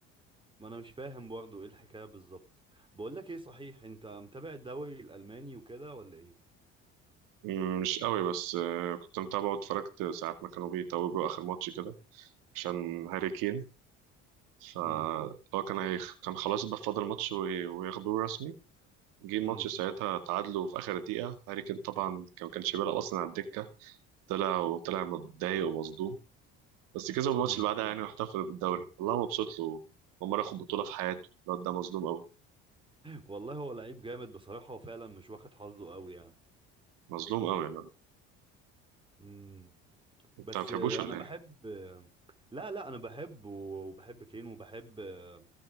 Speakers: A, on the right; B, on the right.
A: ما انا مش فاهم برضو ايه الحكايه بالظبط بقول لك ايه صحيح انت متابع الدوري الالماني وكده ولا ايه
B: مم، مش قوي بس آه، كنت متابعه واتفرجت ساعات ما كانوا بيتوجوا آخر ماتش كده عشان هاري كين فهو
A: امم
B: كان هيخ... كان خلاص بقى فاضل ماتش وي- وياخدوه رسمي جه الماتش
A: امم
B: ساعتها تعادلوا في آخر دقيقة هاري كين طبعا كان- ما كانش بيلعب أصلا على الدكة طلع وطلع متضايق ومصدوم بس كسب الماتش
A: <laughs>
B: اللي بعدها يعني واحتفل بالدوري والله مبسوط له أول مرة ياخد بطولة في حياته الواد ده مظلوم قوي
A: والله هو لعيب جامد بصراحه وفعلا مش واخد حظه قوي يعني
B: مظلوم قوي
A: امم
B: انت
A: بس
B: ما بتحبوش
A: آه،
B: ولا
A: انا بحب
B: ايه؟
A: آه، لا لا انا بحب وبحب كين وبحب آه،